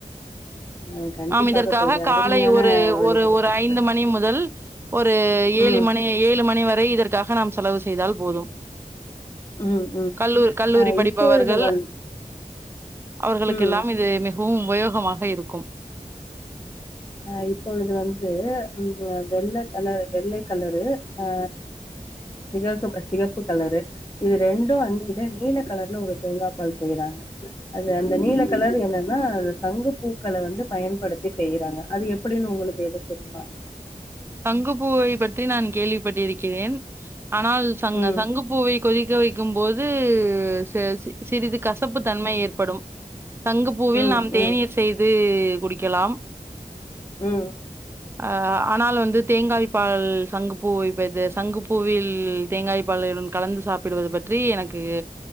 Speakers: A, on the left; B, on the right.
A: ஆஹ் கண்டிப்பாக
B: ஆம் இதற்காக
A: தோழி அருமையான
B: காலை ஒரு
A: வழிமுறையா
B: ஒரு ஒரு
A: இருக்கு
B: ஐந்து மணி முதல் ஒரு ஏழி
A: ம்
B: மணி ஏழு மணி வரை இத இதுக்காக நாம் செலவு செய்தால் போதும்
A: ம் ம்
B: கல்லூ கல்லூரி
A: அஹ்
B: படிப்பவர்கள்
A: இப்பொழுது வந்
B: அவர்களுக்கெல்லாம்
A: ம்
B: இது மிக மிகவும் உபயோகமாக இருக்கும்
A: ஆ இப்பொழுது வந்து ம் வெள்ள கலர் வெள்ளை கலரு அ சிகப்பு க சிகப்பு கலரு இது ரெண்டும் வந்து நீல கலர்ல ஒரு தேங்கா பால் செய்யறாங்க அது அந்த நீல கலரு என்னன்னா அது சங்கு பூக்கள வந்து பயன்படுத்தி செய்யறாங்க அது எப்பிடின்னு உங்களுக்கு எதும் தெரியுமா
B: சங்கு பூவை பற்றி நான் கேள்விப்பட்டிருக்கிறேன் ஆனால் சங்க
A: ம்
B: சங்குப்பூவை கொதிக்க வை இருக்கும்போது சே சி சிறிது கசப்பு தன்மை ஏற்படும் சங்கு பூவில்
A: ம்
B: நாம் தேநீர்
A: ம்
B: செய்து குடிக்கலாம்
A: ம்
B: ஆ ஆனால் வந்து இது தேங்காய்ப்பால் சங்கு பூ சங்கு பூவில் தேங்காய் பாலின் கலந்து சாப்பிடுவது பற்றி எனக்கு